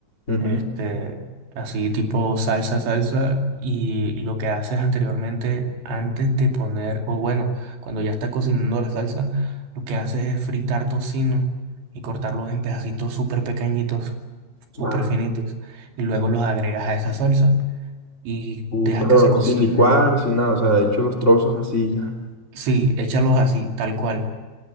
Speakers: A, on the left (about 25°); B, on the right (about 70°).
A: Ujú.
B: Este, así tipo salsa, salsa. Y lo que haces anteriormente, antes de poner, o bueno, cuando ya está cocinando la salsa, lo que haces es fritar tocino y cortarlo en pedacitos súper pequeñitos, súper
A: Vale.
B: finitos. Y luego los agregas a esa salsa y
A: Uh,
B: dejas
A: pero
B: que se cocine.
A: sin licuar, sin nada, o sea, de hecho los trozos así ya.
B: Sí, échalos así, tal cual.